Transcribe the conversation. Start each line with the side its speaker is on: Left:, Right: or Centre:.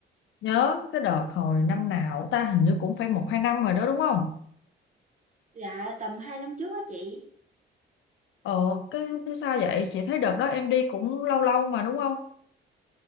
Left: nhớ cái đợt hồi năm nào ta hình như cũng phải một hai năm rồi đó đúng không
Right: Dạ tầm 2 năm trước á chị.
Left: ờ cái thế sao vậy chị thấy đợt đó em đi cũng lâu lâu mà đúng không